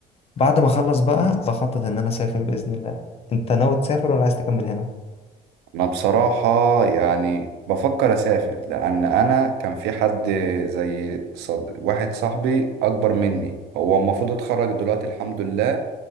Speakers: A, on the left; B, on the right.
A: بعد ما اخلص بقى بخطط ان انا اسافر باذن الله انت ناوي تسافر ولا عايز تكمل هنا
B: انا بصراحة يعني بفكر اسافر لان انا كان في حد زي صد... واحد صاحبي اكبر مني هو المفروض اتخرج دلوقتي الحمد لله